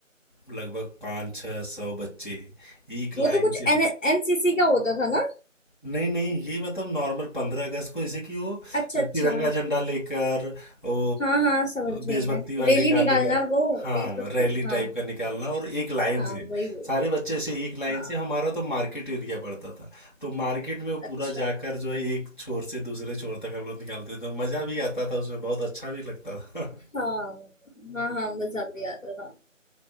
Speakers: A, on the left; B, on the left.
A: लगभग पाँच छः सौ बच्चे एक
B: वो
A: लाइन
B: तो कुछ
A: से
B: एन एनसीसी का होता था ना
A: नहीं नहीं ये मतलब नॉर्मल पंद्रह अगस्त को जैसे कि वो
B: अच्छा अच्छा
A: तिरंगा झंडा लेकर वो
B: हाँ हाँ समझ गई
A: देशभक्ति
B: मैं
A: वाले
B: रैली
A: गाने
B: निकालना
A: का
B: वो
A: हाँ
B: देशभक्ति
A: रैली
B: हाँ
A: टाइप का निकालना और एक लाइन
B: हाँ
A: से
B: वही वही
A: सारे बच्चे से एक लाइन
B: हाँ
A: से हमारा तो मार्केट एरिया पड़ता था तो मार्केट में वो पूरा
B: अच्छा
A: जाकर जो है एक छोर से दूसरे छोर तक हम लोग निकालते थे तो मज़ा भी आता था उसमें बहुत अच्छा भी लगता था
B: हाँ हाँ हाँ मुझे ज्यादा याद आ रहा